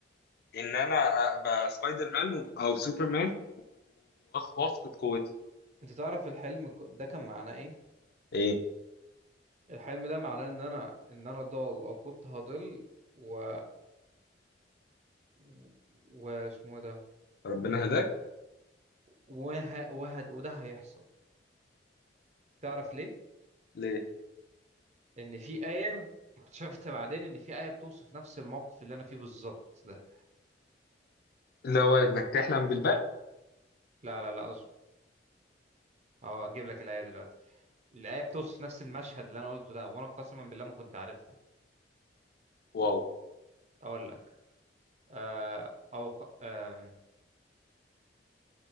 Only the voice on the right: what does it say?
أنت تعرف الحلم ك- ده كان معناه إيه؟
الحلم ده معناه إن أنا إن أنا ضال أو كنت هضل و و- واسمه ده
وه... وه... وده هيحصل تعرف ليه؟
لأن في آية اكتشفت بعدين إن في آية بتوصف نفس الموقف اللي أنا فيه بالظبط ده
لا لا لا أصبر أه أجيب لك الآية دلوقتي الآية بتوصف نفس المشهد اللي أنا قلته ده وأنا قسما بالله ما كنت عارفها
أقول لك آه أو ق... آه